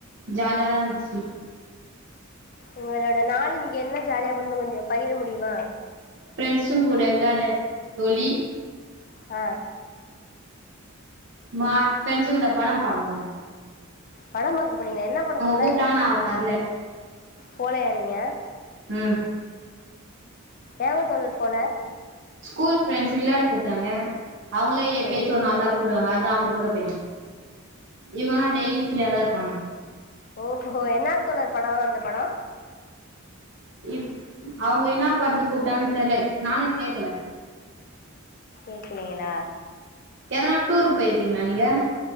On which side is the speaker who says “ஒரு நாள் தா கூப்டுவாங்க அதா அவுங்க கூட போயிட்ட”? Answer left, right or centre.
Right